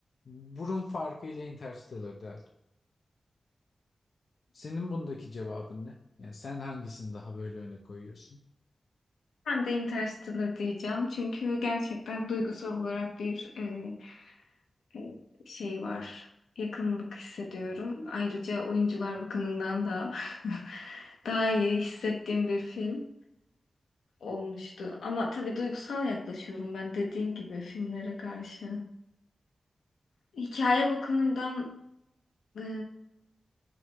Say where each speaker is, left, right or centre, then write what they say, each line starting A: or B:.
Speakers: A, on the left (about 65°); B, on the left (about 85°).
A: burun farkıyla Interstellar derdim. Senin bundaki cevabın ne? Yani sen hangisini daha böyle öne koyuyorsun?
B: Ben de Interstellar diyeceğim. Çünkü gerçekten duygusal olarak bir e, e, şey var. Yakınlık hissediyorum. Ayrıca oyuncular bakımından da <laughs> daha iyi hissettiğim bir film olmuştu. Ama tabii duygusal yaklaşıyorum ben dediğin gibi filmlere karşı. Hikaye bakımından e,